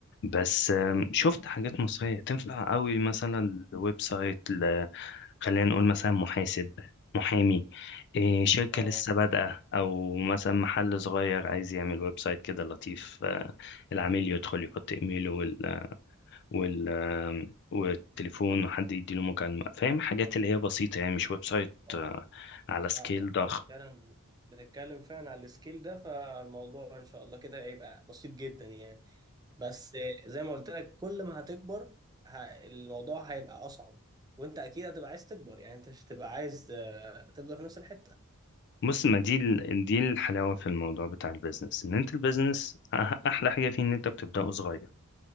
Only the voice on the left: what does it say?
بس آم، شفت حاجات مصرية تنفع قوي مثلا ويب سايت ل- خلينا نقول مثلا محاسب محامي إيه، شركة
لسه بادئة أو مثلا محل صغير عايز يعمل ويب سايت كده لطيف آه، العميل يدخل يحط إيميله وال وال آم، والتليفون وحد يديله مكالمة فاهم حاجات اللي هي بسيطة يعني مش ويب سايت
آه، على سكيل
ضخم
بص ما دي ال- دي الحلاوة في الموضوع بتاع البيزنس ان انت البيزنس أح- احلى حاجة فيه ان انت بتبدأه صغير